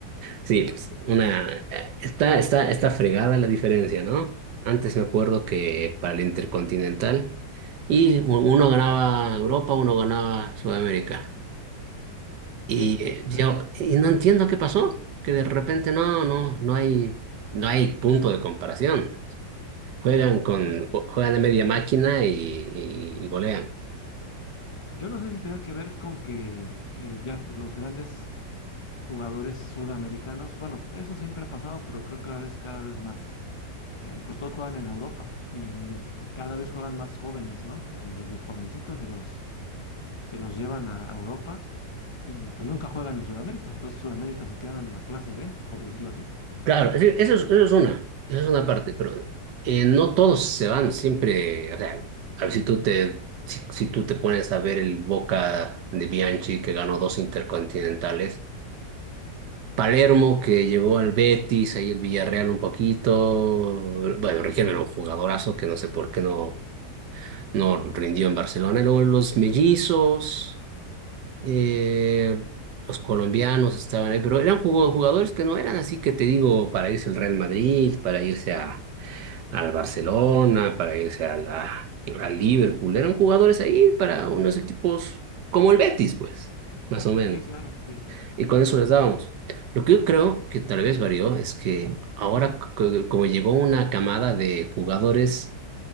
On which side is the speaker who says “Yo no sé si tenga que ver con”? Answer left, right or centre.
Left